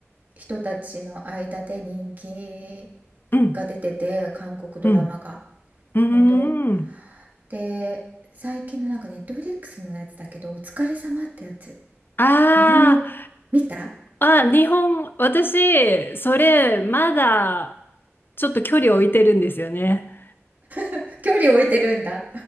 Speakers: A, on the right; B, on the left.
A: 人たちの間で人気
B: うん。
A: が出てて韓国ドラマが
B: うん。うー
A: 本当
B: ん。
A: で最近のなんかネットフリックスのやつだけど「お疲れ様ってやつ
B: あ
A: 日本語見た
B: あ、あ、日本、私、それ、まだ、ちょっと距離を置いてるんですよね。
A: <laughs> 距離置いてるんだ。